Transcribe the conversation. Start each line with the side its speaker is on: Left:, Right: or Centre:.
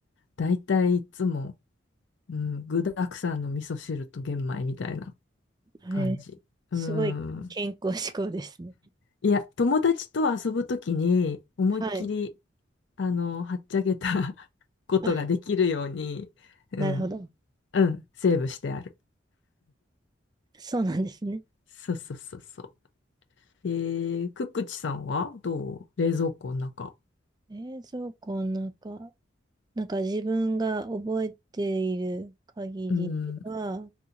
Left: だいたいいつもうん、具沢山の味噌汁と玄米みたいな
Right: はい。
Left: 感じ。
Right: すごい健康志向ですね。
Left: うん。いや、友達と遊ぶときに思いっきり、
Right: はい。
Left: あの、はっちゃけた <laughs> ことができるように、
Right: あ、
Left: うん、
Right: なるほど。
Left: うん、セーブしてある。
Right: そうなんですね。
Left: そうそうそうそう。えー、くっくちさんはどう冷蔵庫の中。
Right: 冷蔵庫の中、なんか自分が覚えている限りでは、
Left: うん、う